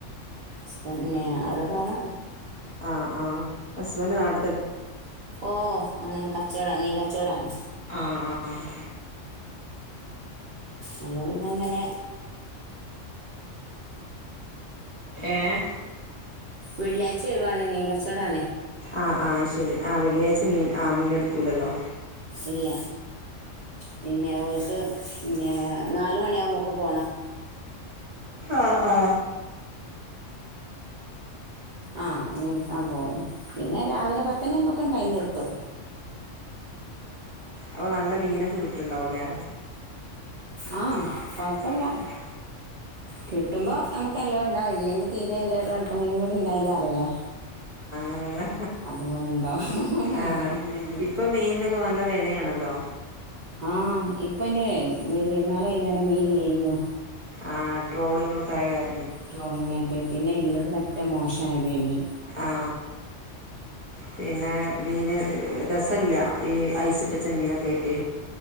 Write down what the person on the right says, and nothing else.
ഉസ്ത്തന്നെ
അവിടെ
പോണം
ഓ ആണ് കച്ചോട മീൻ കച്ചോടാണ്
അപ്പം പിന്നങ്ങനെ
വെള്ളിയാഴ്ച ഒഴിവാണ് മീൻ കച്ചവടമാണ്
ഇല്ല പിന്നെ ഓർക്ക് പിന്നെ നാല് മണിയാവുമ്പൊക്ക് പോണം
ആഹ് ഉം അപോ പിന്നെ രാവിലെ പത്തുമണു ആവുമ്പൊക്കും കഴിഞ്ഞ് കിട്ടും
ആ
കുഴപ്പമില്ല
കിട്ടുമ്പോൾ നമുക്ക് എല്ലാം ഉണ്ടാവും ഇല്ലെങ്കിൽ തീരെ എല്ലാം ഒരു ഉണക്ക മീനും കൂടി ഉണ്ടായില്ല അറിയില്ലേ
അത് പോകണുണ്ടോ
അതല്ലത്
ആഹ് ഇപ്പം ഇനിയെ വലിയെരുന്നാള് കഴിഞ്ഞോടെ മീൻ ഇല്ലായിരുന്നു
ട്രോളിങ്ങ് ആയിട്ടേ. പിന്നെ ഇള്ളത് പറ്റേ മോശയതേനി